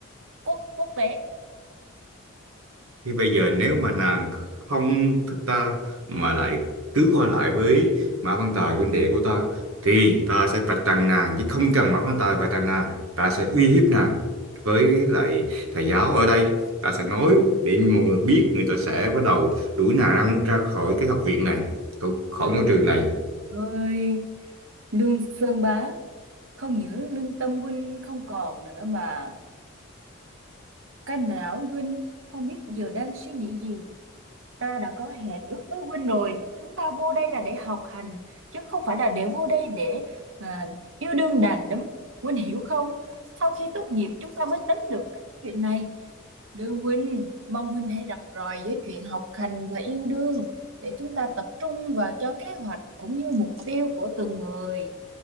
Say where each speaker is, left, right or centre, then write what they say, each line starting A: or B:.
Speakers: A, on the right; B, on the right.
A: quốc quốc tế.
B: thì bây giờ nếu mà nàng không thích ta mà lại cứ qua lại với Mã Văn Tài huynh đệ của ta thì ta sẽ vạch trần nàng chứ không cần Mã Văn Tài vạch trần nàng ta sẽ uy hiếp nàng với lại thầy giáo ở đây ta sẽ nói để mọi người biết người ta sẽ bắt đầu đuổi nàng ra, ra khỏi cái học viện này khỏi khỏi
A: Trời
B: ngôi trường này
A: ơi, Lương Sơn Bá, không những lương tâm huynh không còn nữa mà cái não huynh không biết giờ đang suy nghĩ gì. Ta đã có hẹn ước với Huynh rồi, chúng ta vô đây là để học hành, chứ không phải là để vô đây để à, yêu đương đàn đúm. Huynh hiểu không? Sau khi tốt nghiệp chúng ta mới tính được cái chuyện này. Đưa Huynh, mong Huynh hãy rạch ròi với chuyện học hành và yêu đương để chúng ta tập trung vào cho kế hoạch cũng như mục tiêu của từng người.